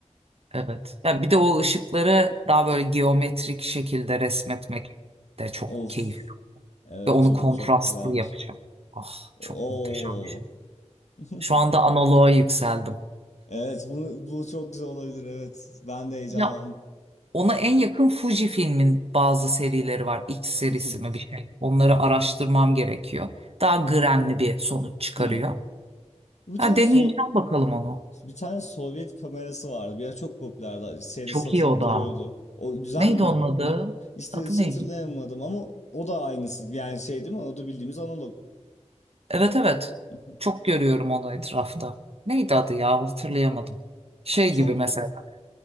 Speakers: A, on the right (about 55°); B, on the left (about 70°).
A: Evet. Ya bir de o ışıkları daha böyle geometrik şekilde resmetmek
B: <laughs>
A: de çok
B: Of.
A: keyif.
B: Evet
A: Ve onu
B: çok
A: kontrastlı
B: çok güzeldir.
A: yapacağım. Ah
B: Oo.
A: çok muhteşem bir şey.
B: <laughs>
A: Şu anda analoğa yükseldim.
B: Evet bu bu çok güzel olabilir evet. Ben de heyecanlandım.
A: Ya ona en yakın Fuji filmin bazı serileri var. X serisi
B: <laughs>
A: mi bir şey. Onları araştırmam gerekiyor. Daha grenli bir sonuç çıkarıyor.
B: Hmm. Bir
A: Ha,
B: tane
A: deneyeceğim
B: So-
A: bakalım onu.
B: bir tane Sovyet kamerası vardı. Bir ara çok popülerdi. Şeyde
A: Çok
B: satılıp
A: iyi o
B: duruyordu.
A: da.
B: O güzel
A: Neydi
B: mi?
A: onun adı?
B: İşte
A: Adı
B: hiç
A: neydi?
B: hatırlayamadım ama o da aynısı. Yani şey değil mi? O da bildiğimiz analog.
A: Evet evet.
B: <laughs>
A: Çok görüyorum onu etrafta. Neydi adı ya? Hatırlayamadım. Şey
B: Çok
A: gibi mesela.